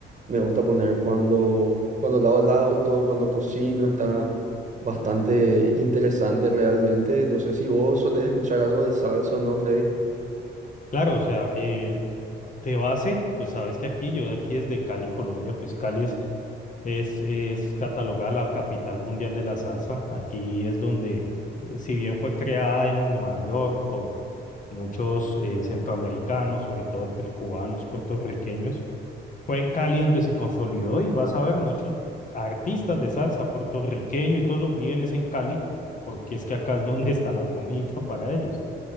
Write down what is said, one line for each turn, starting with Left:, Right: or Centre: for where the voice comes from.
Right: Me gusta poner cuando, cuando lavo el auto, cuando cocino, está bastante interesante realmente. No sé si vos solés escuchar algo de salsa o no, Freddy.
Left: Claro, o sea, eh, de base, pues sabes que aquí, yo de aquí desde Cali, Colombia, pues Cali es, es, es catalogada la capital mundial de la salsa. Aquí es donde, eh, si bien fue creada en Nueva York por muchos eh, centroamericanos, sobre todo entre cubanos, puertorriqueños, Fue en Cali donde se consolidó y vas a ver muchos artistas de salsa puertorriqueño y todos esos viven es en Cali, porque es que acá es donde está la comida <laughs> para ellos.